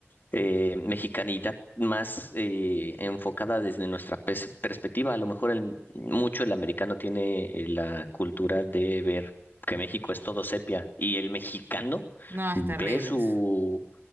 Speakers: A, on the left (about 45°); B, on the right (about 50°).
A: eh, mexicanidad más eh, enfocada desde nuestra pers- perspectiva. A lo mejor el- mucho el americano tiene eh, la cultura de ver que México es todo sepia y el mexicano
B: No, es
A: ve
B: terrible
A: su
B: eso.